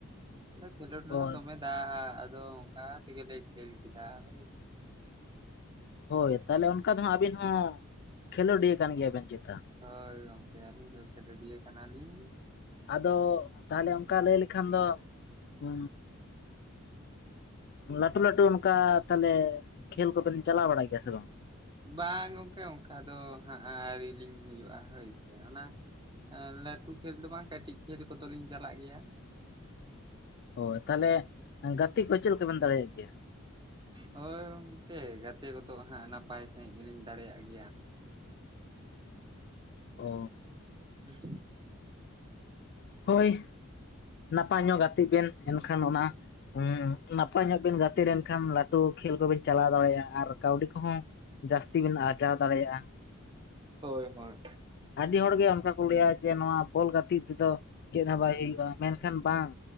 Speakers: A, on the right; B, on the left.
A: ᱟᱫᱚ ᱠᱷᱮᱞᱳᱰ ᱨᱮᱦᱚ
B: ᱦᱳᱭ
A: ᱫᱚᱢᱮ ᱫᱟᱜ ᱟᱫᱚ ᱚᱱᱠᱟ ᱛᱮᱜᱮᱞᱮ ᱠᱷᱮᱞ ᱠᱮᱫᱼᱟ ᱦᱳᱭ ᱥᱮ
B: ᱦᱳᱭ ᱛᱟᱦᱚᱞᱮ ᱚᱱᱠᱟ ᱫᱚ ᱦᱟᱸᱜ ᱟᱵᱤᱱ ᱦᱚᱸ ᱠᱷᱮᱞᱳᱰᱤᱭᱟᱹ ᱠᱟᱱ ᱜᱮᱭᱟᱵᱤᱱ ᱪᱮᱛᱟ᱾
A: ᱦᱳᱭ ᱜᱚᱝᱠᱮ ᱟᱹᱞᱤᱧ ᱫᱚ ᱠᱷᱮᱞᱳᱰᱤᱭᱟᱹ ᱠᱟᱱᱟᱞᱤᱧ
B: ᱟᱫᱚ ᱛᱟᱦᱚᱞᱮ ᱚᱱᱠᱟ ᱞᱟᱹᱭ ᱞᱮᱠᱷᱟᱱ ᱫᱚ ᱦᱩ ᱞᱟᱹᱴᱩ ᱞᱟᱹᱴᱩ ᱚᱱᱠᱟ ᱛᱟᱦᱚᱞᱮ ᱠᱷᱮᱞ ᱠᱚᱵᱮᱱ ᱪᱟᱞᱟᱣ ᱵᱟᱲᱟᱭ ᱜᱮᱭᱟ ᱥᱮ ᱵᱟᱝ
A: ᱵᱟᱝ ᱜᱚᱝᱠᱮ ᱚᱱᱠᱟ ᱫᱚ ᱦᱟᱸᱜ ᱟᱹᱶᱨᱤᱞᱤᱧ ᱦᱩᱭᱩᱜᱼᱟ ᱦᱳᱭ ᱥᱮ ᱚᱱᱟ ᱮᱸ ᱞᱟᱹᱴᱩ ᱠᱷᱮᱞ ᱫᱚ ᱵᱟᱝ ᱠᱟᱹᱴᱤᱡ ᱠᱷᱮᱞ ᱠᱚᱫᱚᱞᱤᱧ ᱪᱟᱞᱟᱜ ᱜᱮᱭᱟ᱾
B: ᱦᱳᱭ ᱛᱟᱦᱟᱞᱮ ᱜᱟᱛᱮ ᱠᱚ ᱪᱮᱫ ᱞᱮᱠᱟᱵᱤᱱ ᱫᱟᱲᱮᱭᱟᱜ ᱜᱮᱭᱟ
A: ᱦᱳᱭ ᱜᱚᱝᱠᱮ ᱜᱟᱛᱮ ᱠᱚᱫᱚ ᱦᱟᱸᱜ ᱱᱟᱯᱟᱭ ᱥᱟᱺᱦᱤᱡ ᱜᱮᱞᱤᱧ ᱫᱟᱲᱮᱭᱟᱜ ᱜᱮᱭᱟ
B: ᱚ
A: ᱦᱮᱸ <inaudible>
B: ᱦᱳᱭ ᱱᱟᱯᱟᱭ ᱧᱚᱜ ᱜᱟᱛᱮᱜ ᱵᱮᱱ ᱮᱱᱠᱷᱟᱱ ᱚᱱᱟ ᱦᱮᱸ ᱱᱟᱯᱟᱭ ᱧᱚᱜ ᱵᱤᱱ ᱜᱟᱛᱮ ᱦᱚ ᱦᱩ ᱦᱚ ᱱᱟᱯᱟᱭ ᱧᱚᱜᱵᱤᱱ ᱜᱟᱛᱮ ᱞᱮᱱᱠᱷᱟᱱ ᱞᱟᱹᱴᱩ ᱠᱷᱮᱞ ᱠᱚᱵᱤᱱ ᱪᱟᱞᱟᱣ ᱫᱟᱲᱮᱭᱟᱜᱼᱟ ᱟᱨ ᱠᱟᱹᱣᱰᱤ ᱠᱚᱦᱚᱸ ᱡᱟᱹᱥᱛᱤ ᱵᱤᱱ ᱟᱨᱡᱟᱣ ᱫᱟᱲᱮᱭᱟᱜᱼᱟ
A: ᱦᱳᱭ ᱦᱳᱭ
B: ᱟᱹᱰᱤ ᱦᱚᱲᱜᱮ ᱚᱱᱠᱟ ᱠᱚ ᱞᱟᱹᱭᱟ ᱡᱮ ᱱᱚᱣᱟ ᱵᱚᱞ ᱜᱟᱛᱮᱜ ᱛᱮᱫᱚ ᱪᱮᱫ ᱦᱚᱸ ᱵᱟᱭ ᱦᱩᱭᱩᱜᱼᱟ ᱢᱮᱱᱠᱷᱟᱱ ᱵᱟᱝ